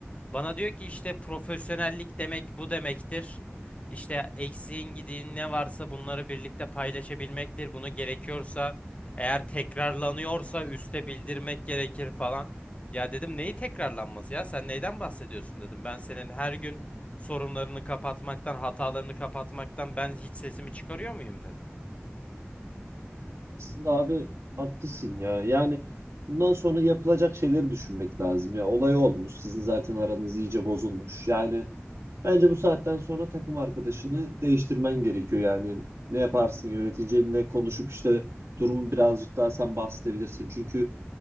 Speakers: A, on the left; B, on the right.
A: Bana diyor ki işte profesyonellik demek bu demektir. İşte eksiğin gidiğin ne varsa bunları birlikte paylaşabilmektir. Bunu gerekiyorsa eğer tekrarlanıyorsa üste bildirmek gerekir falan. Ya dedim neyi tekrarlanması ya sen neyden bahsediyorsun dedim. Ben senin her gün sorunlarını kapatmaktan hatalarını kapatmaktan ben hiç sesimi çıkarıyor muyum dedim.
B: Aslında abi haklısın ya. Yani bundan sonra yapılacak şeyleri düşünmek lazım. Ya olay olmuş. Sizin zaten aranız iyice bozulmuş. Yani bence bu saatten sonra takım arkadaşını değiştirmen gerekiyor. Yani ne yaparsın yöneticinle konuşup işte durumu birazcık daha sen bahsedebilirsin. Çünkü